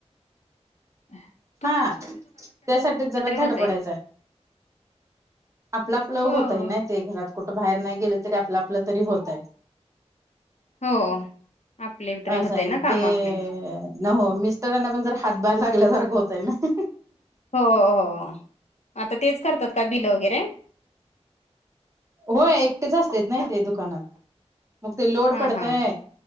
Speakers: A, on the left; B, on the right.
A: हम् <inaudible>
B: हा त्यासाठीच जरा धड
A: होतय.
B: पडायचाय आपलं आपलं
A: हो.
B: होतय नाही ते घरात कुठं बाहेर नाही गेले तरी आपलं आपलं तरी होत आहे
A: हो आपले तरी
B: असाय
A: होते ना काम
B: ते
A: आपले.
B: न हो मिस्टरांना पण जर हातभार लागल्यासारखं होतय ना
A: हो हो आता तेच करतात का बिलं वगैरे
B: होय एकटेच असतात ना ते दुकानात मग ते लोड
A: हा
B: पडतय
A: हा